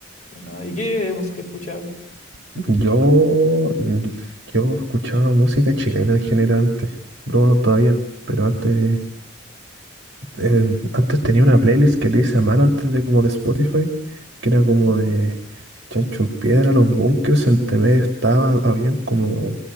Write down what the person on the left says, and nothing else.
¿no? ¿Y qué música escuchaba?
¿Mm?